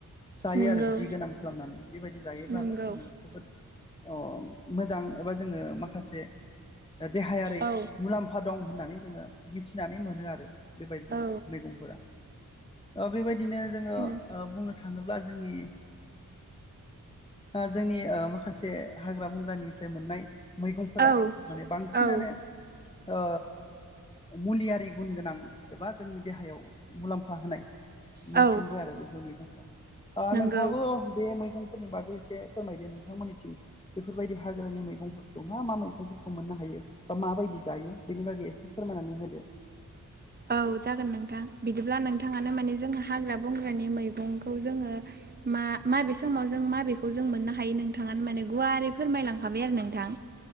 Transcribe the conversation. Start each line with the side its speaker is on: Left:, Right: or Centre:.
Left: जायो
Right: नोंगौ
Left: आरो बिदि गोनां खालामनानै बेबायदि जायोब्लाबो
Right: नोंगौ
Left: जोङो जोबोद अ मोजां एबा जोङो माखासे देहायारि
Right: औ
Left: मुलाम्फा दं होननानै जोङो मिथिनानै मोनो आरो बेबायदि
Right: औ
Left: मैगंफोरा बेबायदिनो जोङो
Right: औ
Left: बुंनो थाङोब्ला जोंनि जोंनि ओ माखासे हाग्रा बंग्रानिफ्राय मोननाय मैगंफोरा
Right: औ
Left: माने बांसिनानो
Right: औ
Left: ओ मुलिया गुन गोनां एबा जोंनि देहायाव मुलाम्फा होनाय मोनफ्रोमबो
Right: औ
Left: आरो बेफोर मैगंफोरा
Right: नंगौ
Left: नोंथाङाबो बे मैगं फोरनि बागै एसे फोरमायदो नोंथां मोननिथिं बेफोरबायदि हाग्रानि मैगंफोरखौ मा मा मैगंफोरखौ मोननो हायो बा माबायदि जायो बेनि बागै एसे एसे फोरमायनानै होदो
Right: औ जागोन नोंथां बिदिब्ला नोंथाङानो माने जोंङो हाग्रा बंग्रानि मैगंखौ जोङो मा माबे समाव जों माबेखौ जों मोननो हायो नोंथाङानो माने गुवारै फोरमायलांखाबाय आरो नोंथां